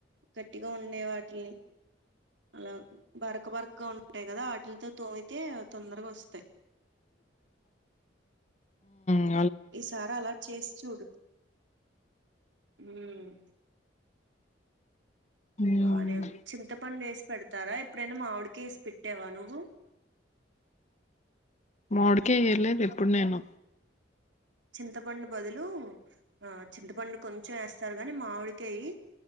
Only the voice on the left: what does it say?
ఆ
ఉమ్
మావిడికేయ ఏర్లేదు ఎప్పుడు నేను